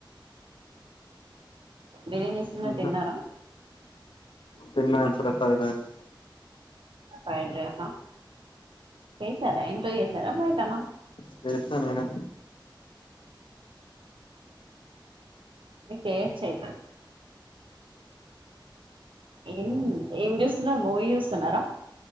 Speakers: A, on the right; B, on the left.
A: మీరేం చేస్తున్నారు
B: ఇంకా
A: తిన్నారా
B: తిన్నా ఇప్పుడే ఫ్రైడ్ రైస్
A: ఫ్రైడ్ రైసా చేసారా ఇంట్లో చేసారా బయటన
B: చేసిన నేనే
A: మీకేం చెయ్యతది ఏం ఏం చూస్తున్నారు? మూవీ చూస్తున్నరా